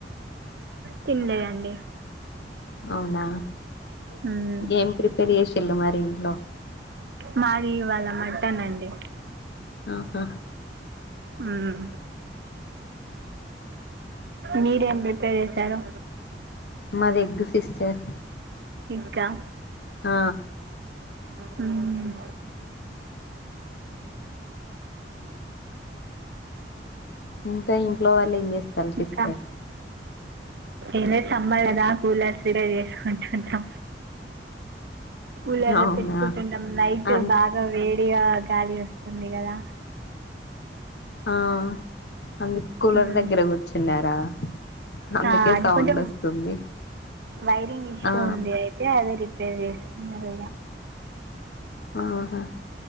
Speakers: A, on the right; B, on the left.
A: తినలేదండి
B: అవునా
A: మ్మ్.
B: ఏం ప్రిపేర్ చేసిళు మరి ఇంట్లో
A: మాది ఇవాళ మటన్ అండి
B: ఆహ
A: హ్మ్మ్ మీరేం ప్రిపేర్ చేశారు
B: మాది ఎగ్ సిస్టర్
A: ఎగ్ ఆ
B: ఆ
A: హ్మ్మ్
B: ఇంకా ఇంట్లో వాళ్ళు ఏం చేస్తాళ్ళు సిస్టర్
A: ఇంకా ఏం లేదు సమ్మర్ కదా కూలర్స్ రిపేర్ చేసుకుంటున్నాం కూలర్
B: అవునా
A: పెట్టుకుంటున్నాం నైట్
B: అం
A: బాగా వేడిగా గాలి వస్తుంది గదా
B: ఆ అందు కూలర్
A: మ్మ్
B: దగ్గర కూర్చున్నారా అందుకే
A: ఆ అది
B: సౌండ్
A: కొంచెం
B: వస్తుంది
A: వైరింగ్ ఇష్యూ
B: ఆ
A: ఉంది అయితే అదే రిపేర్ చేస్తున్నారు ఇగ
B: ఆహా